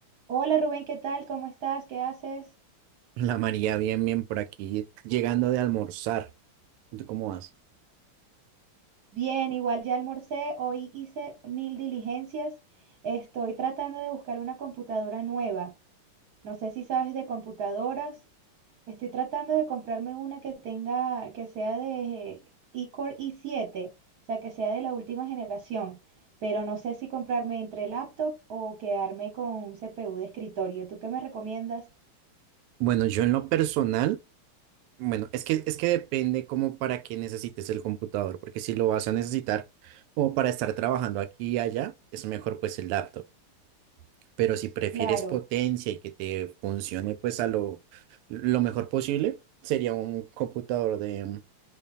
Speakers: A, on the right; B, on the right.
A: Hola Rubén, ¿qué tal? ¿Cómo estás? ¿Qué haces?
B: La María, bien, bien, por aquí, llegando de almorzar. ¿Tú cómo vas?
A: Bien, igual ya almorcé, hoy hice mil diligencias. Estoy tratando de buscar una computadora nueva. No sé si sabes de computadoras. Estoy tratando de comprarme una que tenga, que sea de eh, iCore i7, o sea, que sea de la última generación, pero no sé si comprarme entre laptop o quedarme con un CPU de escritorio. ¿Tú qué me recomiendas?
B: Bueno, yo en lo personal, bueno, es que, es que depende como para qué necesites el computador, porque si lo vas a necesitar como para estar trabajando aquí y allá, es mejor pues el laptop. Pero si prefieres
A: Claro,
B: potencia y que te funcione pues a lo, lo mejor posible, sería un computador de,